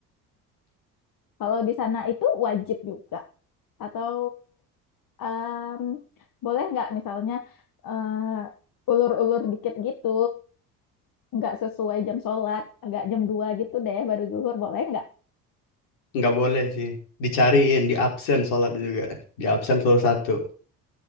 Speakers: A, on the left; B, on the left.
A: Kalau di sana itu wajib juga. Atau em, boleh nggak misalnya eh, ulur-ulur dikit gitu, nggak sesuai jam sholat, agak jam 2 gitu deh baru zuhur, boleh nggak?
B: nggak boleh sih dicariin di absen sholat juga di absen selalu satu